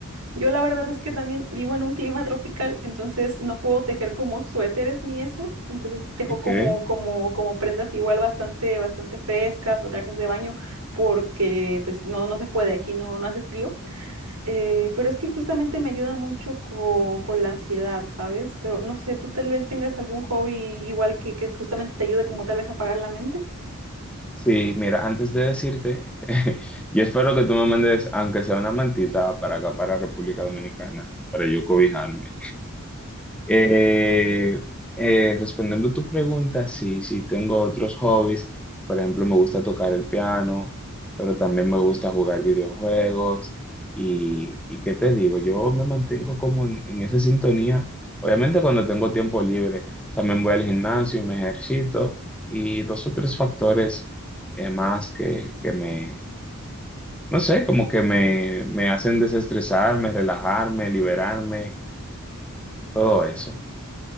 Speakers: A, on the right (about 80°); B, in the centre.
A: Yo la verdad es que también vivo en un clima tropical, entonces no puedo tejer como suéteres ni eso. Entonces tejo
B: ¿Y
A: como,
B: qué?
A: como, como prendas igual bastante, bastante frescas o trajes de baño porque pues no, no se puede, aquí no, no hace frío. Eh, pero es que justamente me ayuda mucho con, con la ansiedad, ¿sabes? Pero no sé, tú tal vez tengas algún hobby igual que, que justamente te ayude como tal vez a apagar la mente.
B: Sí, mira, antes de decirte, <laughs> yo espero que tú me mandes, aunque sea una mantita, para acá, para República Dominicana, para yo cobijarme. Eh, eh, respondiendo a tu pregunta, sí, sí, tengo otros hobbies. Por ejemplo, me gusta tocar el piano, pero también me gusta jugar videojuegos. Y, y qué te digo, yo me mantengo como en, en esa sintonía. Obviamente cuando tengo tiempo libre, también voy al gimnasio y me ejercito. Y dos o tres factores eh, más que, que me, no sé, como que me, me hacen desestresarme, relajarme, liberarme, todo eso.